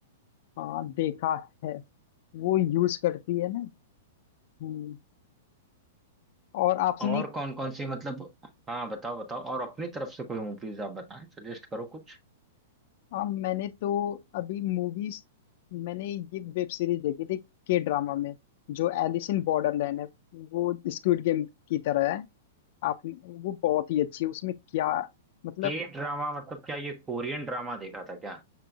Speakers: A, on the left; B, on the right.
A: हाँ देखा है वो यूज करती है ना हम्म और आपने
B: और कौन कौन सी मतलब हाँ बताओ बताओ और अपनी तरफ से कोई मूवीज आप बताएं सजेस्ट करो कुछ
A: हाँ मैंने तो अभी मूवीज मैंने ये वेब सीरीज देखी थी के ड्रामा में जो एलिस इन बॉर्डरलैंड है वो स्क्विड गेम की तरह है आप वो बहुत ही अच्छी है उसमें क्या मतलब
B: के ड्रामा मतलब क्या ये कोरियन ड्रामा देखा था क्या